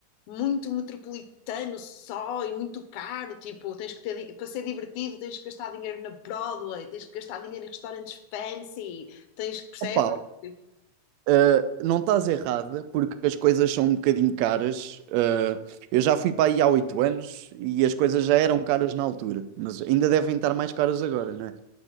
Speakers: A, on the left; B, on the right.
A: muito metropolitano só e muito caro. Tipo, tens que ter, di- para ser divertido, tens que gastar dinheiro na Broadway, tens que gastar dinheiro em restaurantes fancy, tens que, percebes?
B: opá,
A: Tipo,
B: Uh, não estás errada, porque as coisas são um bocadinho caras. Uh, eu já fui para aí há oito anos e as coisas já eram caras na altura, mas ainda devem estar mais caras agora, não é?